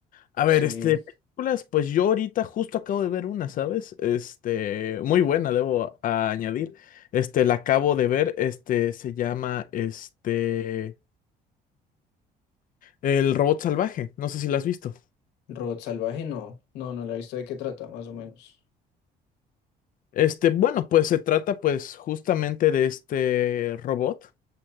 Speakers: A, on the left; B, on the left.
A: A
B: Sí,
A: ver, este, películas, pues yo ahorita justo acabo de ver una, ¿sabes? Este, muy buena, debo a- añadir. Este, la acabo de ver, este, se llama, este, El Robot Salvaje, no sé si la has visto.
B: Robot Salvaje, no, no, no la he visto de qué trata, más o menos.
A: Este, bueno, pues se trata, pues, justamente de este robot.